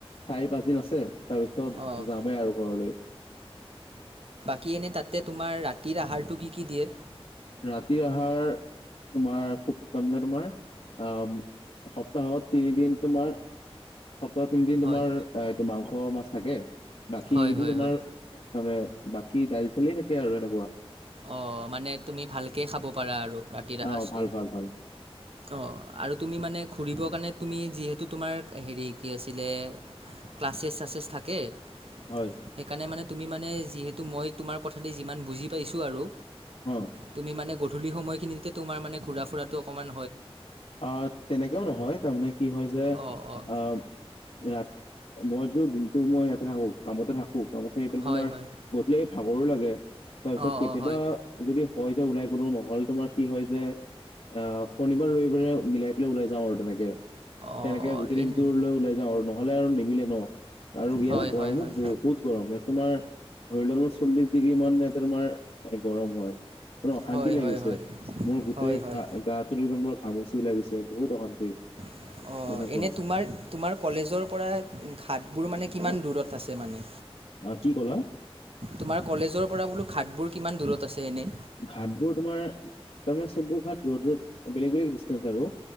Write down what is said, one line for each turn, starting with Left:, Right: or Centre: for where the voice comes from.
Left: চাৰি পাঁচ দিন আছে তাৰপিছত
Right: অঁ
Left: যামেই আৰু ঘৰলৈ।
Right: কি এনে তাতে তোমাৰ ৰাতিৰ আহাৰটো কি কি দিয়ে?
Left: ৰাতিৰ আহাৰ তোমাৰ খুব তাৰমানে তোমাৰ আহ সপ্তাহত তিনিদিন তোমাৰ সপ্তাহ তিনিদিন
Right: হয়
Left: তোমাৰ এ এইটো মাংস মাছ থাকে, বাকী
Right: হয়
Left: এদিন
Right: হয়
Left: তোমাৰ
Right: হয়
Left: তাৰমানে বাকী দাইল চলিয়ে থাকে আৰু এনেকুৱা
Right: অ মানে তুমি ভালকে খাব পাৰা আৰু। কতিসজটো
Left: অ ভাল ভাল ভাল
Right: অ আৰু <unintelligible> তুমি মানে ঘুৰিবৰ কাৰণে তুমি যিহেতু তোমাৰ হেৰি কি আছিলে ক্লাছ চলাচেছ থাকে? সেইকাৰণে
Left: হয়
Right: মানে তুমি মানে যিহেতু মই তোমাৰ কথাতে যিমান বুজি পাইছোঁ আৰু
Left: অ
Right: তুমি মানে গধূলি সময়খিনিতে তোমাৰ মানে ঘুৰা ফুৰাতটো অকমান
Left: আহ তেনেকেও নহয়, তাৰমানে কি হয় যে
Right: অ', অ'।
Left: আহ ৰাত মইতো দিনতো টো মই ইয়াতে থাকো কামতে থাকো কামত থাকি
Right: হয়
Left: তোমাৰ
Right: হয়
Left: গধূলি ভাগৰো লাগে। তাৰপিছত
Right: অ',
Left: কেতিয়াবা
Right: অ', হয়
Left: যদি হয় এতি ওলাই গলো নহ'লে তোমাৰ কি হয় যে আহ শনিবাৰ ৰবিৰে মিলাই পেলাই ওলাই যাওঁ আৰু তেনেকে।
Right: অ',
Left: তেনেকে গোটেই দিনটো
Right: এন
Left: লৈ ওলাই যাওঁ আৰু নহলে আৰু নিমিলে ন। আৰু ইয়াতে
Right: হয়
Left: গৰমো
Right: হয় হয়
Left: বহুত গৰম, ইয়াত তোমাৰ ধৰি লোৱা তোমাৰ চল্লিশ ডিগ্ৰী মান ইয়াতে তোমাৰ গৰম হয়। অশান্তি
Right: হয়
Left: লাগি
Right: হয়
Left: গৈছে, মোৰ
Right: হয়
Left: গোটেই
Right: হয় হয়
Left: ঘা গাত ঘামুচিওলাই গৈছে বহুত অশান্তি
Right: অ,
Left: তেনেকুৱা
Right: এনে তোমাৰ তোমাৰ কলেজৰ পৰা ঘাটবোৰ মানে কিমান দূৰত আছে মানে?
Left: আহ কি ক'লা
Right: তোমাৰ কলেজৰ পৰা বোলো ঘাটবোৰ কিমান দূৰত আছে এনে?
Left: ঘাটবোৰ তোমাৰ, তাৰমানে চববোৰ ঘাট দুৰত দুৰত বেলেগ বেলেগ ডিষ্টেঞ্চ আৰু